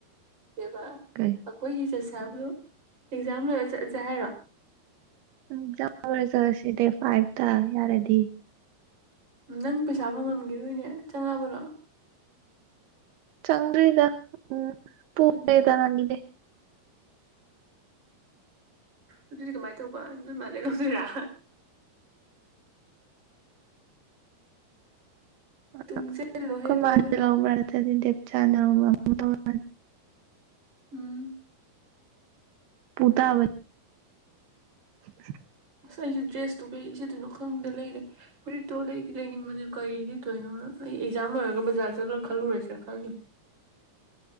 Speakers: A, on the right; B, on the right.
A: ꯕꯦꯕꯥ
B: ꯀꯩ
A: ꯑꯩꯈꯣꯏꯒꯤ ꯆꯠꯁ ꯏꯁꯥꯕꯨ ꯑꯦꯛꯖꯥꯝ ꯂꯣꯏꯔ ꯆꯠꯂꯁꯦ ꯍꯥꯏꯔꯣ
B: ꯎꯝ ꯏꯛꯖꯥꯝ ꯂꫭꯏꯔ ꯆꯠꯂꯁꯤ ꯗꯦꯠ ꯐꯥꯏꯚꯇ ꯌꯥꯔꯗꯤ꯫
A: ꯅꯪ ꯄꯩꯁꯥ ꯐꯪꯉꯝꯈꯤꯔꯣꯏꯅꯦ ꯆꯪꯉꯕꯅꯣ꯫
B: ꯆꯪꯗ꯭ꯔꯤꯗ ꯎꯝ ꯄꫭꯔꯦ
A: ꯑꯗꯨꯅꯦ
B: ꯇꯅꯃꯤꯗꯦ
A: ꯑꯗꯨꯗꯤ ꯀꯃꯥꯏꯅ ꯇꯧꯕ ꯅꯣꯏ ꯃꯥꯗꯩ ꯂꯧꯗꫭꯏꯔꯥ꯫
B: <unintelligible>
A: ꯇꯨꯡꯁꯤꯜꯂꯣꯍꯦ ꯑꯗꯨ ꯑꯣꯏꯔꯒꯅ
B: <inaudible> ꯆꯥꯟꯅꯔꯨꯕ <inaudible> ꯇꯧꯔꯅꯤ
A: ꯎꯝ
B: ꯄꯨꯇꯥꯕ <unintelligible>
A: ꯑꯁ ꯑꯩꯁꯨ ꯗ꯭ꯔꯦꯁꯇꯨ ꯀꯔꯤꯁꯦꯠꯇꯨꯏꯅꯣ ꯈꯪꯗ ꯂꯩꯔꯦ ꯐꯨꯔꯤꯠꯇꯣ ꯂꯩꯗꯤ ꯂꯩꯅꯤꯡꯕꯅꯦ ꯀꯔꯤꯗꯤ ꯂꯤꯠꯇꯣꯏꯅꯣ ꯑꯩ ꯑꯦꯛꯖꯥꯝ ꯂꯣꯏꯔꯒ ꯕꯖꯥꯔ ꯆꯠꯂ ꯈꯜꯂꯨꯔꯁꯦ ꯈꯜꯂꯤꯅꯦ꯫